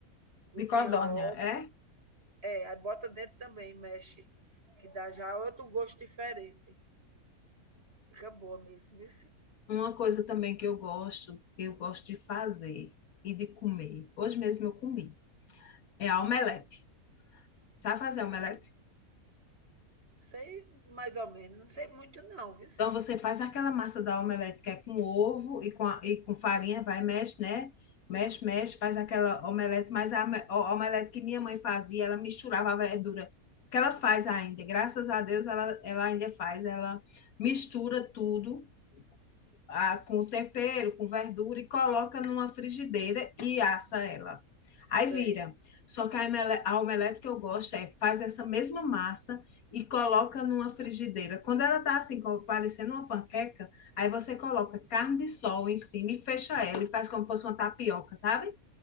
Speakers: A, on the right; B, on the left.
A: Cozinha
B: De codorna,
A: ovo.
B: é?
A: É, aí bota dentro também, mexe. Que dá já outro gosto diferente. Fica boa mesmo, viu?
B: Uma coisa também que eu gosto, eu gosto de fazer e de comer. Hoje mesmo eu comi. É a omelete. Sabe fazer omelete?
A: Sei mais ou menos. Não sei muito não, viu?
B: Então você faz aquela massa da omelete que é com ovo e com, a- e com farinha, vai, mexe, né? Mexe, mexe, faz aquela omelete, mas a, ome- a omelete que minha mãe fazia, ela misturava a verdura. Que ela faz ainda, graças a Deus ela, ela ainda faz, ela mistura tudo a, com o tempero, com verdura e coloca numa frigideira e assa ela. Aí
A: Sei.
B: vira. Só que a omele- a omelete que eu gosto é faz essa mesma massa e coloca numa frigideira. Quando ela tá assim, como parecendo uma panqueca, aí você coloca carne de sol em cima e fecha ela e faz como fosse uma tapioca, sabe?